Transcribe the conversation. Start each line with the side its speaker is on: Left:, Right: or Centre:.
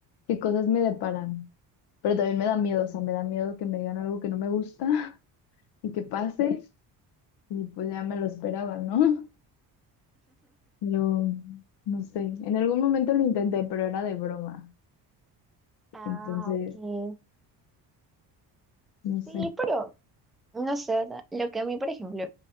Left: qué cosas me deparan. Pero también me da miedo, o sea, me da miedo que me digan algo que no me gusta <laughs> y que pase. y pues ya me lo esperaba, ¿no? <laughs> Pero no sé, en algún momento lo intenté, pero era de broma.
Centre: Ah,
Left: Entonces,
Centre: ok.
Left: no sé.
Centre: Sí, pero no sé, o sea, lo que a mí, por ejemplo,